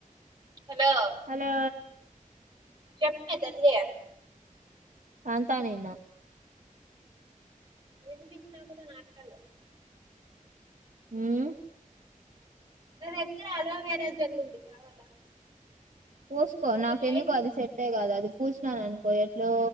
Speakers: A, on the right; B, on the right.
A: హలో
B: అలో
A: చెప్మే తల్లియై
B: తంతా నిన్ను
A: వినీపించిన కూడా నాటకలు
B: ఉహ్
A: నా దగ్గర అలోవేరా జల్ ఉంది కావాలా.
B: పోసుకో
A: అది
B: నాకేందుకు
A: నైట్
B: అది సెట్టే కాదది. పూసిననుకోయట్లో